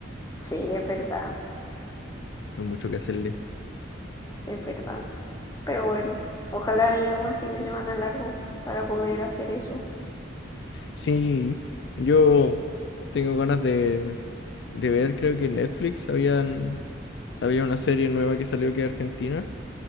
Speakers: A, on the left; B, on the left.
A: Sí, es verdad,
B: hay mucho que hacerle.
A: es verdad. Pero bueno, ojalá haya algún fin de semana largo para poder hacer eso.
B: Sí, yo tengo ganas de, de ver, creo que en Netflix habían, había una serie nueva que salió que es Argentina,